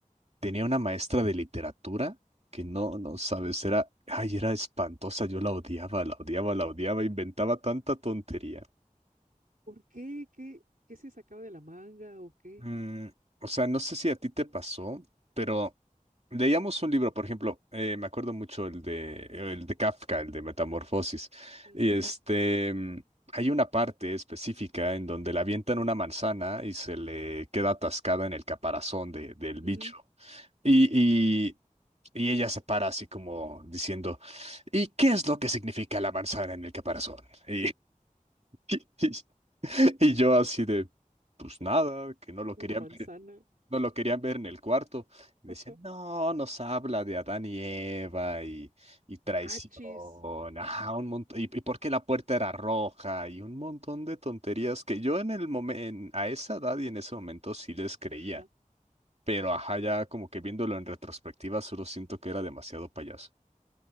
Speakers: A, on the right (about 50°); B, on the right (about 85°).
A: Tenía una maestra de literatura que no, no sabes, era, ay, era espantosa, yo la odiaba, la odiaba, la odiaba, inventaba tanta tontería.
B: ¿Por qué? ¿Qué, qué se sacaba de la manga o qué?
A: Mm, o sea, no sé si a ti te pasó, pero leíamos un libro, por ejemplo, eh, me acuerdo mucho el de, el de Kafka, el de Metamorfosis,
B: Ujú,
A: y este, mm, hay una parte específica en donde le avientan una manzana y se le queda atascada en el caparazón de- del
B: ujú.
A: bicho. Y, y, y ella se para así como diciendo, ¿y qué es lo que significa la manzana en el caparazón? Y, <laughs> y, y yo así de, pues nada, que no lo querían
B: Una manzana.
A: ver, no lo querían ver en el cuarto. Y
B: Ajá.
A: decían, no, nos habla de Adán y Eva y, y traición,
B: Achis.
A: ajá, un montón, y, y por qué la puerta era roja y un montón de tonterías que yo en el momento, a esa edad y en ese momento sí les creía
B: Ajá.
A: pero ajá, ya como que viéndolo en retrospectiva, solo siento que era demasiado payaso.